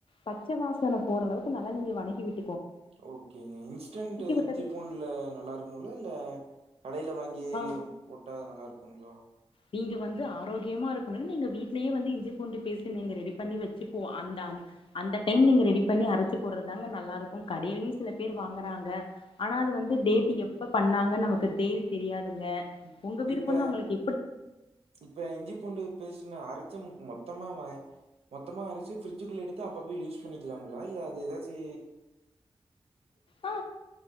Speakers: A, on the left; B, on the right.
A: பச்சை வாசனை போற அளவுக்கு நல்லா நீங்க வணக்கி விட்டு
B: ஓகேங்க இன்ஸ்டன்ட்
A: விட்டதுக்கு
B: இஞ்சி பூண்டல நல்லா இருக்குங்களா இல்ல கடையில வாங்கி
A: ஆ
B: போட்டா நல்லா இருக்குங்களா
A: நீங்க வந்து ஆரோக்கியமா இருக்கணும் நீங்க வீட்லயே வந்து இஞ்சி பூண்டு பேசி நீங்க ரெடி பண்ணி வச்சுந்த அந்த டைம் நீங்க ரெடி பண்ணி அரைச்சு போடுறதுதாங்க நல்லா இருக்கும் கடையிலயும் சில பேர் வாங்குறாங்க ஆனா அது வந்து டேட் எப்ப பண்ணாங்கன்ன நமக்கு தேதி தெரியாது ங்க
B: ம்.
A: உங்க விருப்பம்
B: இப்ப
A: தான் உங்களுக்கு
B: இப்ப இஞ்சி பூண்டு பேஸ்ட் நா அரைச் மொத்தமா மொத்தமா அரைச்சு ஃப்ரிட்ஜுக்குள்ள எடுத்து அப்பப்ப யூஸ் பண்ணிக்கலாங்களா இல்ல அது ஏதாச்சு‌
A: ஆ